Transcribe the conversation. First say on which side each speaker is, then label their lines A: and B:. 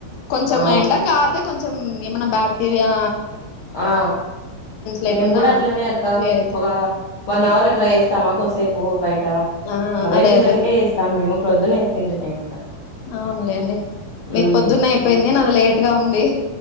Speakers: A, on the left (about 75°); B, on the left (about 60°).
A: కొంచెం
B: ఆ
A: ఎండకు ఆర్దే కొంచెం ఏమన్నా బాక్టీరియా
B: ఆ
A: లేకుండా
B: మేము కూడా అట్లనే అక్క
A: క్లియర్ అయితది
B: ఒక వన్
A: అదే
B: అవర్ అట్లా వేస్తామా కొద్సేపు బయట
A: ఆ
B: అవే
A: అదే
B: మిషన్కే
A: అదే
B: వేస్తాం మేము ప్రొద్దునే వేస్ తింటి నేను కూడా
A: అవునులేండి మీకు
B: ఉమ్
A: పొద్దున్నే అయిపోయింది నాది లేట్గా ఉంది